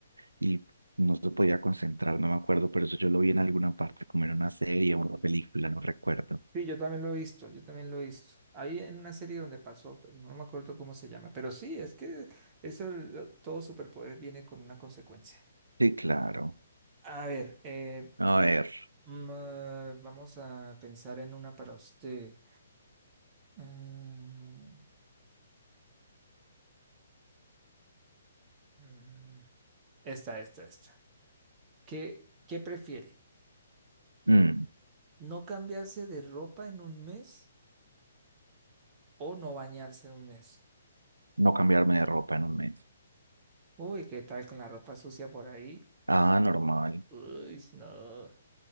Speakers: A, on the right; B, on the right.
A: y no se podía concentrar, no me acuerdo, pero eso yo lo vi en alguna parte, como en una serie o una película, no recuerdo.
B: Sí, yo también lo he visto, yo también lo he visto. Ahí en una serie donde pasó, pero no me acuerdo cómo se llama, pero sí, es que eso, lo- todo superpoder viene con una consecuencia.
A: Sí, claro.
B: A ver, eh,
A: A ver,
B: mm, ah, vamos a pensar en una para usted. Mm, mm, esta, esta, esta. ¿Qué, qué prefiere?
A: mm,
B: ¿No cambiarse de ropa en un mes o no bañarse en un mes?
A: no cambiarme de ropa en un mes.
B: Uy, ¿qué tal con la ropa sucia por ahí?
A: Ah, normal.
B: Uy, no.